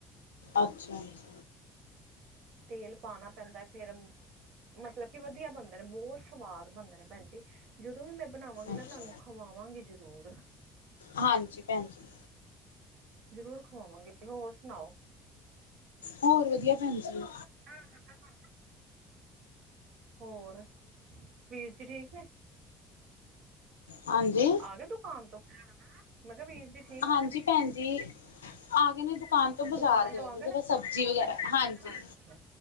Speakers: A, on the left (about 80°); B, on the right (about 60°).
A: ਅੱਛਾ ਜੀ
B: ਤੇਲ ਪਾਉਣਾ ਪੈਂਦਾ ਫੇਿਰ ਮਤਲਬ ਕਿ ਵਧੀਆ ਬਣਦੇ ਨੇ ਬਹੁਤ ਸਵਾਦ ਬਣਦੇ ਨੇ ਭੈਣ ਜੀ ਜਦੋਂ ਵੀ ਮੈਂ ਬਣਾਵਾਂਗੀ ਨਾ
A: ਅੱਛਾ
B: ਤੁਹਾਨੂੰ ਖਵਾਵਾਂਗੀ ਜ਼ਰੂਰ
A: ਹਾਂਜੀ ਭੈਣ ਜ
B: ਜ਼ਰੂਰ ਖਵਾਵਾਂਗੇ ਹੋਰ ਸੁਣਾਓ
A: ਹੋਰ ਵਧੀਆ ਭੈਣ ਜੀ
B: ਹਮ ਹਮ ਹਮਾਂ ਹੋਰ ਵੀਰ ਚ ਠੀਕ ਨੇ
A: ਹਾਂਜੀ
B: ਆ ਗਏ ਦੁਕਾਨ ਤੋਂ ਮੈਂ ਕਿਹਾ ਵੀਰ ਜੀ ਠੀਕ ਨੇ
A: ਹਾਂਜੀ ਭੈਣ ਜੀ ਆ ਗਏ ਨੇ ਦੁਕਾਨ ਤੋਂ ਬਾਜ਼ਾਰ
B: ਦੁਕਾਨ
A: ਗਏ
B: ਤੋਂ ਆ
A: ਨੇ ਜਿਹੜਾ ਸਬਜ਼ੀ ਵਗੈਰਾ ਹਾਂਜੀ
B: ਅੱਛਾ